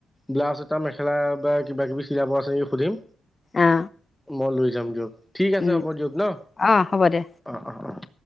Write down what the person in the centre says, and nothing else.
ব্লাউজ এটা মেখেলা বা কিবা কিবি চিলাব আছে নেকি সুধিম
মই লৈ যাম দিয়ক ঠিক আছে
হ'ব দিয়ক ন
অ অ